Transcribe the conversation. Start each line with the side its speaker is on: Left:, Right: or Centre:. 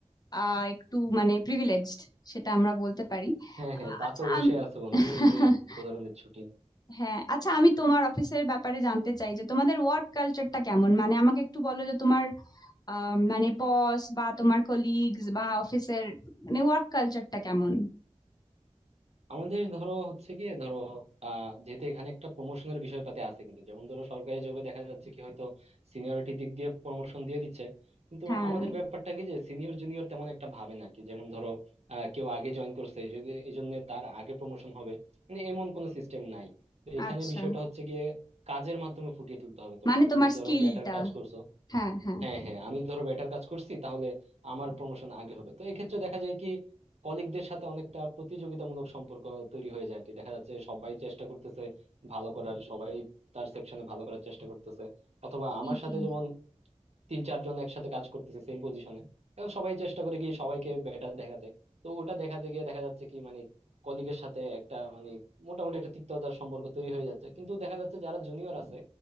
Left: আহ, একটু মানে প্রিভিলেজড সেটা আমরা বলতে পারি
Right: হ্যাঁ হ্যাঁ
Left: আহ,
Right: তা
Left: আচ্ছা
Right: তো অবশ্যই
Left: আম-
Right: আছে বন্ধু
Left: <laughs>
Right: এই যে প্রধানমন্ত্রীর ছুটি
Left: হ্যাঁ আচ্ছা আমি তোমার অফিসের ব্যাপারে জানতে চাই যে তোমাদের ওয়ার্ক কালচারটা কেমন মানে আমাকে একটু বলো যে তোমার আহ, মানে বস বা তোমার কলিগস বা অফিসের মানে ওয়ার্ক কালচারটা কেমন
Right: আমাদের ধরো হচ্ছে কি ধরো আহ যেহেতু এখানে একটা প্রমোশনের বিষয়পাতি আছে কিন্তু যেমন ধরো সরকারি জবে দেখা যাচ্ছে কি হয়তো সিনিয়রিটি দিক দিয়ে প্রমোশন দিয়ে দিচ্ছে কিন্তু
Left: হ্যাঁ
Right: আমাদের ব্যাপারটা কি যে সিনিয়র জুনিয়র তেমন একটা ভাবে না আর কি যেমন ধরো আহ কেউ আগে জয়েন করছে এই জন্য এই জন্য তার আগে প্রমোশন হবে মানে এমন কোনো সিস্টেম নাই তো এখানে
Left: আচ্ছা
Right: বিষয়টা হচ্ছে গিয়ে কাজের মাধ্যমে ফুটিয়ে তুলতে হবে তোমাকে
Left: মানে তোমার
Right: তুমি ধরো
Left: স্কিলটা
Right: বেটার কাজ করছো
Left: হ্যাঁ হ্যাঁ
Right: হ্যাঁ হ্যাঁ আমি ধরো বেটার কাজ করছি তাহলে আমার প্রমোশন আগে হবে তো এক্ষেত্রে দেখা যায় কি কলিগদের সাথে অনেকটা প্রতিযোগিতামূলক সম্পর্ক তৈরি হয়ে যায় আর কি দেখা যাচ্ছে সবাই চেষ্টা করতেছে ভালো করার সবাই তার সেকশনে ভালো করার চেষ্টা করতেছে অথবা
Left: ঠিকই
Right: আমার সাথে যেমন তিন চারজন একসাথে কাজ করতেছে সেম পজিশনে এখন সবাই চেষ্টা করে কি সবাইকে বেটার দেখাতে তো ওটা দেখাতে গিয়ে দেখা যাচ্ছে কি মানে কলিগের সাথে একটা মানে মোটামুটি একটা তিক্ততার সম্পর্ক তৈরি হয়ে যাচ্ছে কিন্তু দেখা যাচ্ছে যারা জুনিয়র আছে